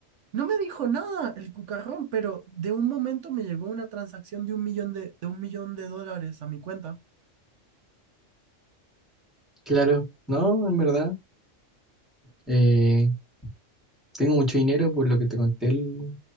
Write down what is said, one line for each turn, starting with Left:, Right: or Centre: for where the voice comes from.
Right: no me dijo nada el cucarrón, pero de un momento me llegó una transacción de un millón de, de un millón de dólares a mi cuenta.
Centre: Claro, no, en verdad, eh, tengo mucho dinero por lo que te conté el-